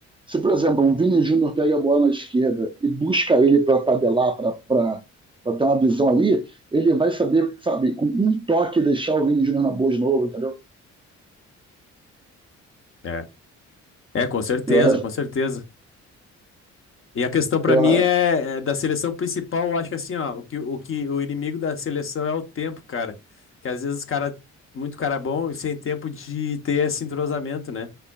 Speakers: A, on the right; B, on the left.
A: se, por exemplo, um Vini Júnior pega a bola na esquerda e busca ele para tabelar, para ter uma visão ali, ele vai saber, sabe, com um toque deixar o Vini Júnior na boa de novo, entendeu?
B: É, é, com certeza,
A: Eu acho,
B: com certeza. E a questão pra
A: eu,
B: mim
A: a-
B: é, é da seleção principal, eu acho que assim, ó, o que, o que o inimigo da seleção é o tempo, cara. Que às vezes os cara, muito cara bom e sem tempo de ter esse entrosamento, né?